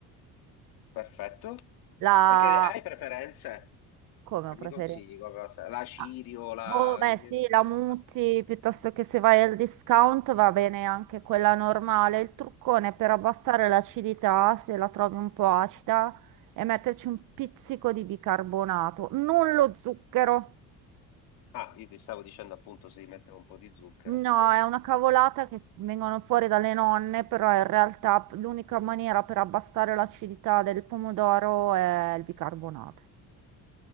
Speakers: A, on the left; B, on the right.
A: perfetto.
B: la...
A: E che, hai preferenze?
B: come
A: Che
B: preferenza,
A: mi consigli? Come la, sa- la cirio,
B: Ah,
A: la...
B: Boh, beh,
A: Che,
B: sì,
A: che-
B: la
A: che
B: muti
A: ne so?
B: piuttosto che se vai al discount va bene anche quella normale. Il truccone per abbassare l'acidità, se la trovi un po' acida, è metterci un pizzico di bicarbonato, non lo zucchero.
A: Ah, io ti stavo dicendo appunto se gli mettevo un po' di zucchero.
B: No, è una cavolata che vengono fuori dalle nonne, però in realtà l'unica maniera per abbassare l'acidità del pomodoro è il bicarbonato.